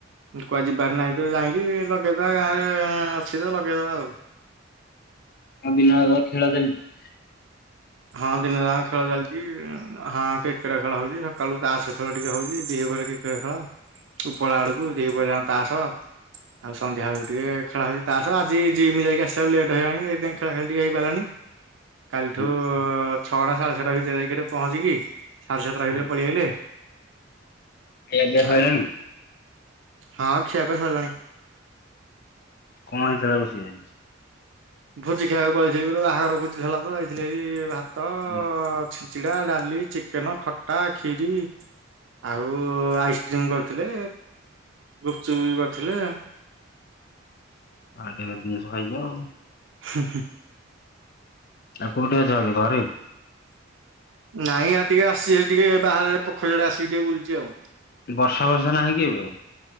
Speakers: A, on the right; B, on the left.
A: ମୁଁ ତ କୁଆଡେ ଯିବାର ନାହିଁ ତ ଯାଇଁଲି, ଲଗେଇଦବା ଗାଁରେ ଅଛି ତ ଲଗେଇଦବା ଆଉ।
B: ମୋ ଦିନଟା ଯାକ ଖେଳ ଚାଲିଛି।
A: ହଁ ଦିନ ଯାଙ୍କ ଖେଳ ଚାଲିଛି। ହଁ କିକ୍ରେଟ ଖେଳ ହଉଛି, ସକାଳୁ ତାସ୍ ଖେଳ ଟିକେ ହଉଛି, ଦିପହରେ କିକ୍ରେଟ ଖେଳ ଉପରବେଳ ଆଡକୁ, ଦିପହର ଯାକ ତାସ୍। ଆଉ ସନ୍ଧ୍ୟା ବେଳକୁ ଟିକେ ଖେଳ ହଉଛି ତାସ୍, ଆଜି ଜିମ୍ ଯାଇକି ଆସିଲା ବେଳକୁ ଲେଟ୍ ହେଇଗଲାଣି। ସେଥିପାଇଁ ଖେଳା ଖେଳି ଟିକେ ହେଇପାରିଲାନି। କାଲିଠଉ
B: ହୁଁ
A: ଛଅଟା ସାଢେ ଛଅଟା ଭିତରେ ଯାଇକି ପହଞ୍ଚିକି ସାଢ଼େ ସାତଟା ଭିତରେ
B: ହୁଁ
A: ପଳେଇ ଆଇଲେ
B: ଖିଆ ପିଆ
A: ଆଉ
B: ସଇଲାଣି?
A: ହଁ ଖିଆ ପିଆ ସଇଲାଣି।
B: କଣ ହେଇଥିଲା ରୋଷେଇ?
A: ଭୋଜି ଖାଇବାକୁ ପଳେଇଥିଲି, ଗୋଟେ ବାହାଘର ଭୋଜି ହେଲା ତ ଯାଇଥିଲ ହେଇ ଭାତ
B: ଓଃ
A: ଚିଡ଼ା, ଡାଲି, ଚିକେନ, ଖଟା, ଖିରି ଆଉ ଆଇସ୍କ୍ରିମ କରିଥିଲେ, ଗୁପଚୁପ ବି କରିଥିଲେ।
B: <unintelligible> ଭଲ ଆଉ।
A: ହୁଁ- ହୁଁ।
B: ଆଉ କୋଉଠି ଅଛ ଏବେ ଘରେ?
A: ନାଇଁ ଆଉ ଟିକେ ଆସିଛି, ସେ ଟିକେ ବାହାରେ ପୋଖରୀଆଡେ ଆସିକି ଟିକେ ବୁଲଛି ଆଉ।
B: ବର୍ଷା ବର୍ଷା ନାହିଁ କି ଏବେ ଆଉ?